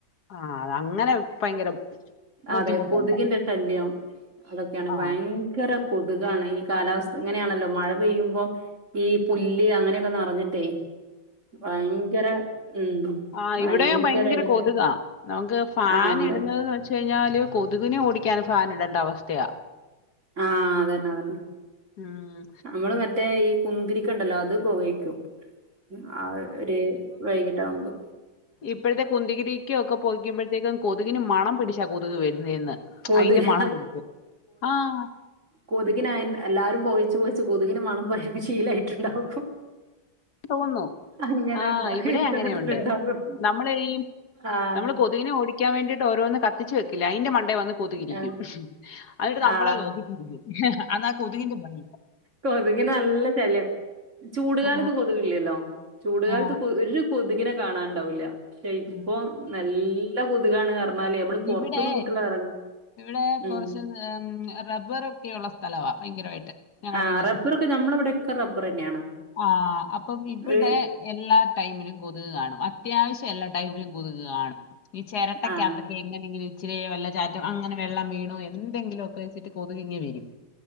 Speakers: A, on the left; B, on the right.
A: ആഹ് അതങ്ങനെ ഭയങ്കര ബുദ്ധിമുട്ടുണ്ട്.
B: അതെ കൊതുകിന്റെ ശല്യം അതൊക്കെയാണ്
A: ആ
B: ഭയങ്കര കൊതുകാണ് ഈ കാലാവസ്ഥ ഇങ്ങനെയാണല്ലോ. മഴ പെയ്യുമ്പം ഈ പുല്ല് അങ്ങനെയൊക്കെ നിറഞ്ഞിട്ടേ. ഭയങ്കര ഉം.
A: ആഹ്
B: ഭയങ്കരായിട്ട്
A: ഇവിടെയും ഭയങ്കര കൊതുകാ നമുക്ക് ഫാന്
B: ആ അതെ
A: ഇടുന്നത്. ച്ച് കഴിഞ്ഞാല് കൊതുകിനെ ഓടിക്കാൻ ഫാൻ ഇടണ്ട അവസ്ഥയാ.
B: ആഹ് അതന്നെ അതന്നെ
A: ഉം
B: നമ്മള് മറ്റ. റ്റേ ഈ കുന്തിരിക്കണ്ടല്ലോ അത് പൊകയിക്കും ആ ഒരു വൈകിട്ടാകുമ്പോ.
A: ഇപ്പഴത്തെ കുന്തിരിക്ക ഒക്കെ പോകക്കുമ്പോഴത്തേക്കും കൊതുകിന് മണം പിടിച്. കൊതുക് വരുന്നെന്ന്
B: കൊതുക്
A: അയിന്റെ മണം പിടിച്ചു ആഹ്
B: കൊതുകിന എല്ലാരും പോകച്ച് പോകച്ച് കൊതുകിന് മണം പ്പ ശീലായിട്ടുണ്ടാവും.
A: തോന്നുന്നു
B: അങ്ങനെണ്ടാവ
A: ആ ഇവിടെ
B: ഇഷ്ടപ്പെട്ടിട്ടുണ്ടാവും
A: അങ്ങനെയുണ്ട്. നമ്മള് ഈ
B: ആഹ്.
A: നമ്മള് കൊതുകിനെ ഓടിക്കാൻ വേണ്ടിട്ട് ഓരോന്ന് കത്തിച്ച് വെക്കില്ലേ. അതിന്റെ മണ്ടെ വന്ന്. കൊതുകിരിക്കും.
B: ആ
A: അതന്ന്ട്ട് നമ്മളെ
B: ആ
A: നോക്കിച്ചിരിക്കും എന്നാ കൊതുകിന്റെ മണ.
B: കൊതുകിനെ നല്ല ശല്യം ചൂടുകാലത്ത്
A: ആ,
B: കൊതുകില്ലല്ലോ. ചൂടുകാലത്ത്
A: ആ,
B: കൊ ഒരു കൊതുകിനെ കാണാണ്ടാവില്ല പക്ഷെ ഇപ്പൊ
A: ആ.
B: നല്ല കൊതുകാണ്. പർഞ്ഞാല് നമ്മള് പുറത്തൊന്നും
A: ഇവിടെ
B: കുട്ടികള ഇറങ്ങി.
A: ഇവിടെ
B: ഉം
A: കൊറച്ച് റബ്ബർ ഒക്കെയുള്ള സ്ഥലവാ ഭയങ്കരമായിട്ട്. ഞങ്ങളുടെ
B: ആഹ്
A: വീടിന്റെ
B: റബ്ബറൊക്കെ നമ്മളവിടെക്കെ റബ്ബർ തന്നെയാണ്.
A: ആഹ് അപ്പം ഇവിടെ
B: ഒരു
A: എല്ലാ. ടൈമിലും കൊതുക് കാണും. അത്യാവശ്യം എല്ലാ ടൈമിലും കൊതുക് കാണും. ഈ ചെരട്ടക്കകത്തൊക്ക
B: ആ
A: എങ്ങനെങ്കിലും. ഇച്ചിലെ വെള്ളച്ചാറ്റം അങ്ങനെ വെള്ളം വീണോ എന്തെങ്കിലും ഒക്കെ വെച്ചിട്ട് കൊതുകിങ്ങി വരും.